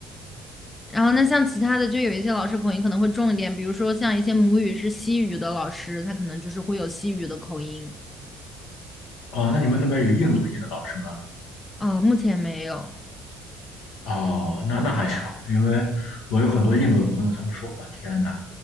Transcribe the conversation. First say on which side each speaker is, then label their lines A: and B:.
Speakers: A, on the left; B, on the left.
A: 然后那像其他的，就有一些老师口音可能会重一点，比如说像一些母语是西语的老师，他可能就是会有西语的口音。
B: 哦，那你们那边有印度裔的老师吗？
A: 哦，目前没有。
B: 哦，那那还行，因为我有很多印度的朋友，他们说话，天呐。